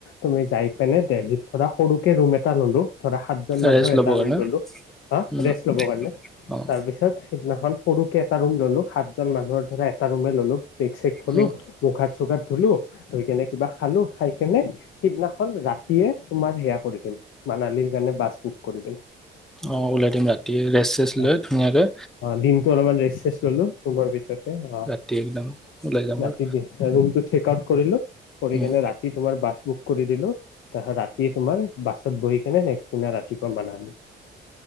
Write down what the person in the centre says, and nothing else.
ৰেষ্ট ল'বৰ
কাৰণে
উম,
অঁ
উম,
অহ ওলাই দিম ৰাতি ৰেষ্ট চেষ্ট
লৈ ধুনীয়াকে।
ৰাতি একদম ওলাই যাম
আৰু
উম,